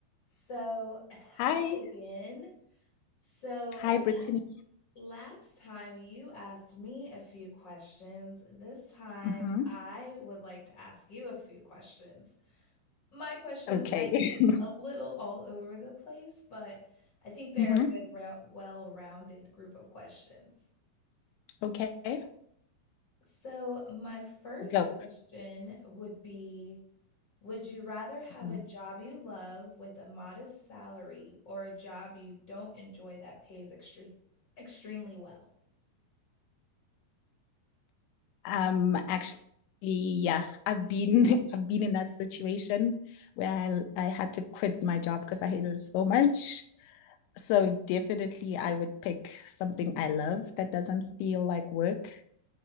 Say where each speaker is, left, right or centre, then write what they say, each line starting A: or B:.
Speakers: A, on the left; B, on the left.
A: So, uh, hi
B: Hi.
A: again. So,
B: Hi, Brittany.
A: la- last time you asked me a few questions. This time
B: hmm
A: I would like to ask you a few questions. My questions
B: Okay.
A: might be
B: <laughs>
A: a little all over the place, but I think they're
B: hmm
A: a good, rou- well-rounded group of questions.
B: Okay,
A: So, my first
B: go.
A: question would be, would you rather have
B: Mhm.
A: a job you love with a modest salary or a job you don't enjoy that pays extre extremely well?
B: Um, actually, yeah, I've been <laughs> I've been in that situation where I, I had to quit my job because I hated it so much. So definitely I would pick something I love that doesn't feel like work,